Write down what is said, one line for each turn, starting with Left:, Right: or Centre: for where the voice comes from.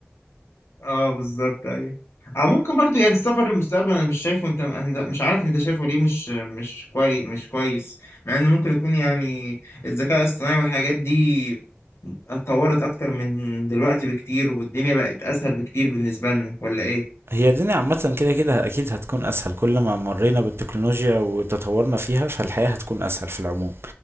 Left: اه بالظبط ايوه او ممكن برضو يعني السفر للمستقبل انا مش شايفه انت انت مش عارف انت شايفه ليه مش مش كويس مش كويس مع انه ممكن يكون يعني الذكاء الاصطناعي والحاجات دي اتطورت اكتر من دلوقتي بكتير والدنيا بقت اسهل بكتير بالنسبة لنا ولا ايه
Right: هي الدنيا عامة كده كده أكيد هتكون أسهل كل ما مرينا بالتكنولوجيا وتطورنا فيها فالحياة هتكون أسهل في العموم